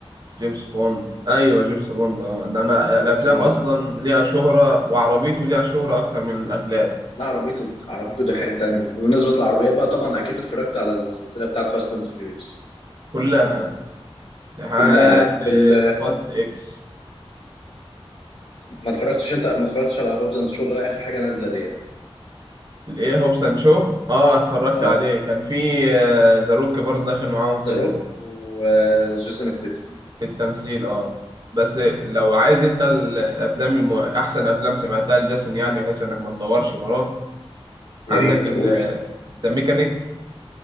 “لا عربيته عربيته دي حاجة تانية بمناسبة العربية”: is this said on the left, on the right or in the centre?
Left